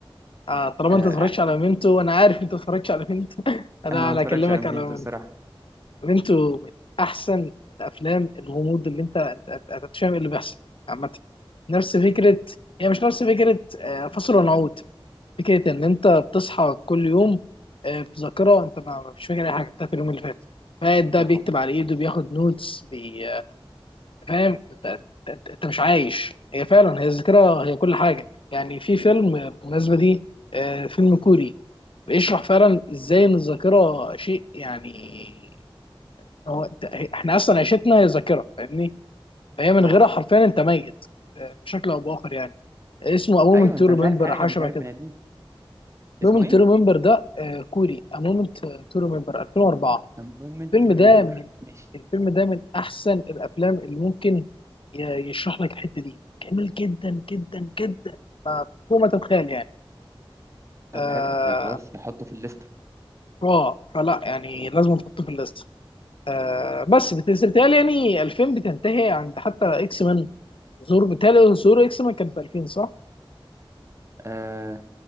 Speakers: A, on the left; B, on the right.
A: آه، طالما
B: آه
A: انت اتفرجتش
B: ع-
A: على ميمنتو وانا عارف انت اتفرجتش على ميمنتو <laughs> انا
B: انا ما
A: انا
B: اتفرجش
A: اكلمك
B: على ميمنتو
A: على ميمنتو
B: الصراحه
A: ميمنتو من احسن الافلام الغموض اللي انت انت أنت- أنت مش فاهم اللي بيحصل عامة نفس فكرة هي مش نفس فكرة آه، فصل ونعود فكرة إن أنت بتصحى كل يوم آه، بذاكرة أنت ما مش فاكر أي حاجة بتاعت اليوم اللي فات فقاعد ده
B: يا
A: بيكتب
B: خبر
A: على إيده بياخد نوتس بي... آه، فاهم أنت أنت أنت مش عايش هي فعلا هي الذاكرة هي كل حاجة يعني في فيلم آه، بالمناسبة دي آه، فيلم كوري بيشرح فعلا إزاي إن الذاكرة شيء يعني هو أنت... إحنا أصلا عيشتنا هي ذاكرة فاهمني فهي من
B: طبعا
A: غيرها حرفيا أنت ميت آه، بشكل أو بآخر يعني اسمه A Moment
B: ايوه انت
A: to
B: مش
A: Remember
B: عارف حاجه
A: أو حاجة
B: مش
A: شبه
B: عارف
A: كده
B: بني ادمين
A: مومنت
B: اسمه ايه
A: تو ريمبر ده آه، كوري مومنت تو ريمبر 2004
B: A Moment
A: الفيلم
B: to
A: ده
B: Remember
A: من
B: ماشي
A: الفيلم ده من احسن الافلام اللي ممكن ي- يشرح لك الحته دي جميل جدا جدا جدا فوق ما تتخيل يعني اه
B: طب حلو لا خلاص هحطه في الليسته
A: آه، فلا يعني لازم تحطه في الليست آه بس بتهيألي يعني 2000 بتنتهي عند حتى اكس مان ظهور بتهيألي ظهور اكس مان كان في 2000 صح؟
B: آه